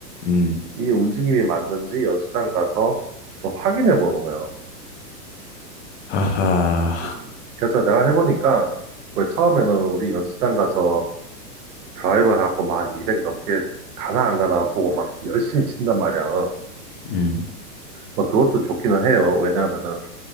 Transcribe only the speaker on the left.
음,
하하,
음,